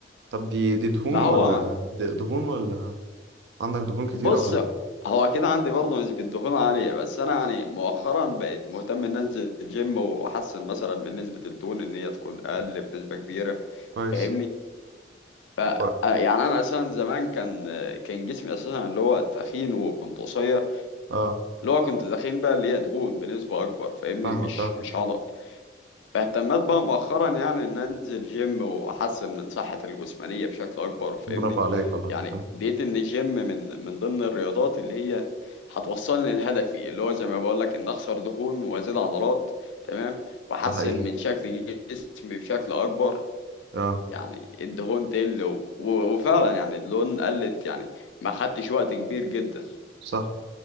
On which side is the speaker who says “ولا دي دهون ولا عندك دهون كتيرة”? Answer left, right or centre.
Right